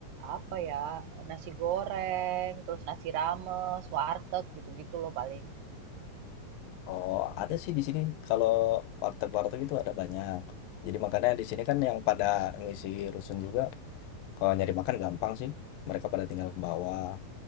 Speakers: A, on the right; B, on the left.
A: apa ya, nasi goreng, terus nasi rames, warteg, gitu-gitu loh paling.
B: Oh, ada sih di sini kalau warteg-warteg itu ada banyak. Jadi makanya di sini kan yang pada ngisi rusun juga Kalau nyari makan gampang sih, mereka pada tinggal ke bawah,